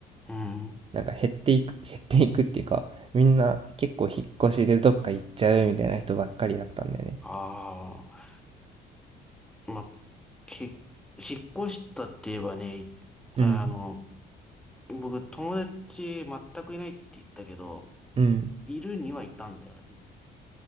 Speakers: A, in the centre; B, on the right (about 35°).
A: うん。
B: なんか減っていく、<laughs> 減っていくっていうか、みんな結構引っ越しでどっか行っちゃうみたいな人ばっかりだったんだよね。
A: ああ、まあ、ひ、引っ越したって言えばね、
B: うん、
A: あの、僕、友達全くいないって言ったけど、
B: うん。
A: いるにはいたんだよね。